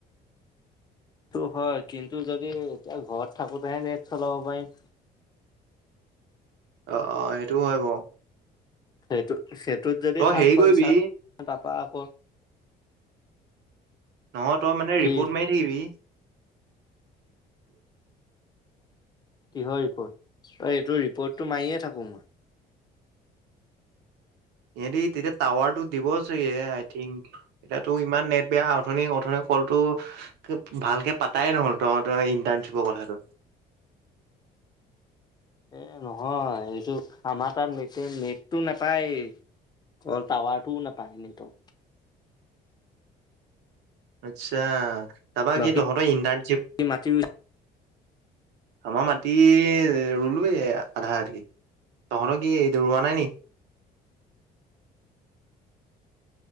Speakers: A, on the left; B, on the right.
A: টো হয় কিন্তু যদি এতিয়া ঘৰত থাকোতেহে নেট চলাব পাৰিম।
B: অহ', - অহ', সেইটোও হয় বাৰু।
A: সেইটো সেটোত যদি
B: তই
A: সাতশ
B: হেৰি কৰিবি
A: ৰিচাৰ্জ, তাৰপা আকৌ
B: নহয় তই মানে
A: কি
B: ৰিপৰ্ট মাৰি থাকিবি। <inaudible>
A: কিহৰ ৰিপৰ্ট, অহ ', এইটো ৰিপৰ্টটো মাৰিয়ে থাকো মই।
B: সিহতি তেতিয়া টাৱাৰটো দিব চাগে আই থিংক, এতিয়া তোৰ ইমান নেট বেয়া অথনি-অথনি কলটো ভালকে পাতাই নহল তহতৰ ইন্টাৰনশ্বিপৰ কথাটো।
A: এই নহয় এইটো আমাৰ তাত নেটে নেটটো নাপায়ে অকল টাৱাৰটোও নাপায় নেটত।
B: আচ্ছা। তাৰপৰা
A: বাকী
B: কি তহতৰ ইন্টাৰ্ণশ্বিপ
A: মাটি
B: আমাৰ মাটি ৰুলোৱে আধা আধি, তহতৰ কি এইটো ৰোৱা নাই নেকি?